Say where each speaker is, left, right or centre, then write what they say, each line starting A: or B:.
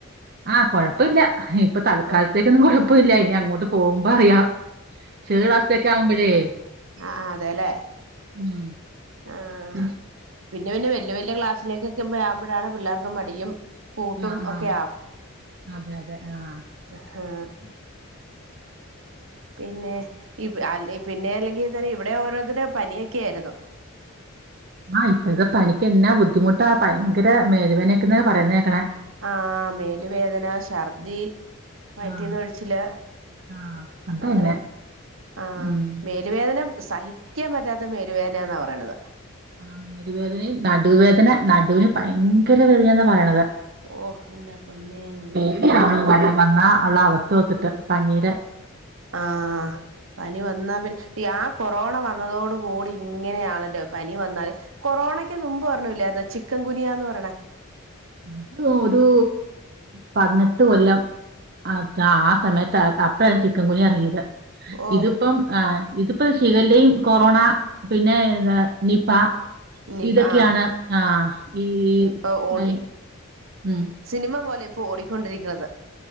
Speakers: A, on the right; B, on the right.
A: ആഹ് കൊഴപ്പല്ല ഇപ്പൊ തൽക്കാലത്തേക്കൊന്നും
B: ആഹ്
A: കുഴപ്പെല്ല ഇനി അങ്ങോട്ട് പോകുമ്പോ അറിയാം ചെറിയ ക്ലാസ്ലൊക്കെ ആകുമ്പഴേ
B: അഹ് ആഹ് അതേലെ
A: ഉം
B: ആഹ്
A: പിന്നെ
B: പിന്നെ പിന്നെ വെല്യ വെല്യ ക്ലാസ്സിലേക്കൊക്കെക്കാ ആകുമ്പഴാണ് പിള്ളേർക്കൊക്കെ മടിയും കൂട്ടും
A: അഹ് ആഹ്
B: ഒക്കെ
A: അതെ അതെ ആഹ്
B: എഹാ പിന്നെ ഈ പിന്നെ അല്ലെങ്കിൽ ഇവടെ ഓരോത്തര്ടെ പനിയൊക്കെയായിരുന്നു
A: ആഹ് ഇപ്പഴത്തെ പനിക്കെന്നാ ബുദ്ധിമുട്ടാ ഭയങ്കര മേലുവേനൊക്കന്ന പറയുന്നേക്കണെ
B: ആഹ് മേല് വേദന ശർദി വയറ്റീന്ന്
A: ആഹ്
B: ഒഴ്ച്ചില്
A: ആഹ് അതന്നെ
B: അങ്ങനെക്കെ ആഹ്
A: ഉം
B: മേ മേല് വേദന സഹിക്കാംപറ്റാത്ത മേലുവേദനയാന്നാ പറയിണത്
A: ആഹ് മേലു വേദനയും നടുവുവേദന നടുവിന് ഭയങ്കര വേദനയാന്നാ പറയണത്
B: ഓഹ്എന്റെ പൊന്നേ യിങ്ക്
A: പേടിയാവ്‌ണു വര വന്നാ അള്ള അവസ്ഥ ഓർത്തിട്ട് പനീടെ
B: ആഹ് പനി വന്നാ പിന്നെ ആ കൊറോണ വന്നതോടു കൂടി ഇങ്ങനെയാണല്ലോ പനി വന്നാല് കൊറോണയ്ക്ക് നുമ്പ് ഒരെണ്ണൊ ല്ലായിരുന്നോ ചിക്കൻ ഗുനിയാന്ന് പറയ്ണേ
A: അത് ഒരൂ പതിനെട്ട് കൊല്ലം അതാ ആ സമയത്ത അപ്പഴാണ് ചിക്കൻ ഗുനിയഎറങ്ങിയത്
B: ഓഹ്
A: ഇതിപ്പം ആഹ് ഇതിപ്പൊ ശിഗല്ലെയും കൊറോണ പിന്നെ ന്താ നിപ
B: ഇനി
A: ഇതൊക്കെയാണ്
B: ആഹ്
A: ആഹ് ഈ
B: ഇപ്പൊ ഓടി
A: അയ് ഉം
B: സിനിമ പോലെ ഇപ്പോ ഓടിക്കൊണ്ടിരിക്ക്ണത്